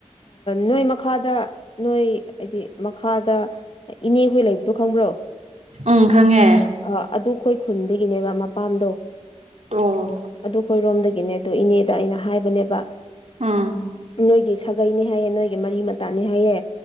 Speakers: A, on the left; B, on the right.
A: ꯅꯣꯏ ꯃꯈꯥꯗ ꯅꯣꯏ ꯍꯥꯏꯗꯤ ꯃꯈꯥꯗ ꯏꯅꯦꯍꯣꯏ ꯂꯩꯕꯗꯣ ꯈꯪꯕ꯭ꯔꯣ
B: ꯎꯝ ꯈꯪꯉꯦ
A: ꯑ ꯑꯗꯨꯈꯣꯏ ꯈꯨꯟꯗꯒꯤꯅꯦꯕ ꯃꯄꯥꯝꯗꯣ
B: ꯑꯣ
A: ꯑꯗꯨ ꯑꯩꯈꯣꯏꯔꯣꯝꯗꯒꯤꯅꯦ ꯑꯗꯨ ꯏꯅꯦꯗ ꯑꯩꯅ ꯍꯥꯏꯕꯅꯦꯕ
B: ꯑꯥ
A: ꯅꯣꯏꯒꯤ ꯁꯥꯒꯩꯅꯦ ꯍꯥꯏꯌꯦ ꯅꯣꯏꯒꯤ ꯃꯔꯤ ꯃꯇꯥꯅꯦ ꯍꯥꯏꯌꯦ